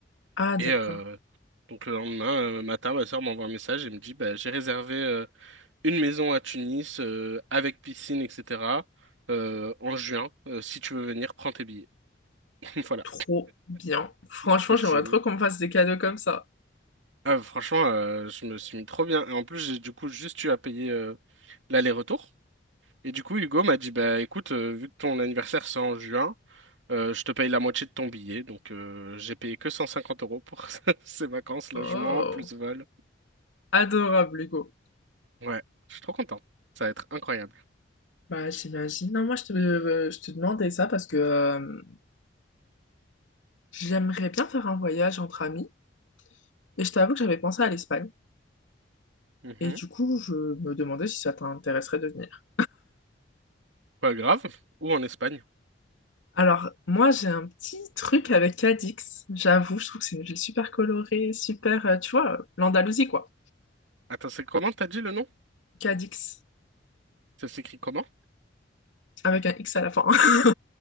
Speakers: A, on the left; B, on the right.
A: Ah, d'accord,
B: Et euh, donc le lendemain euh, matin, ma sœur m'envoie un message et me dit, bah, j'ai réservé. euh, une maison à Tunis euh, avec piscine, etc. euh, en juin. Euh, si tu veux venir, prends tes billets. <laughs> Voilà.
A: trop bien. Franchement,
B: Je trouve
A: j'aimerais
B: que c'est-
A: trop qu'on me fasse des cadeaux comme ça.
B: Ah, franchement, euh, je me suis mis trop bien. Et en plus, j'ai du coup juste eu à payer euh, l'aller-retour. Et du coup, Hugo m'a dit, bah écoute, euh, vu que ton anniversaire c'est en juin, euh, je te paye la moitié de ton billet. Donc euh, j'ai payé que 150 euros pour <laughs> ces vacances,
A: Oh,
B: logement, plus vol.
A: adorable, Hugo.
B: Ouais, je suis trop content. Ça va être incroyable.
A: Bah, j'imagine. Non, moi, je te, euh, je te demandais ça parce que euh, j'aimerais bien faire un voyage entre amis et je t'avoue que j'avais pensé à l'Espagne.
B: Mhm.
A: Et du coup, je me demandais si ça t'intéresserait de venir.
B: Pas grave. Ou en Espagne.
A: Alors, moi, j'ai un petit truc avec Cadix. J'avoue, je trouve que c'est une ville super colorée, super, euh, tu vois, l'Andalousie, quoi.
B: Attends, c'est comment t'as dit le nom?
A: Cadix,
B: Ça s'écrit comment?
A: avec un X à la fin. <laughs>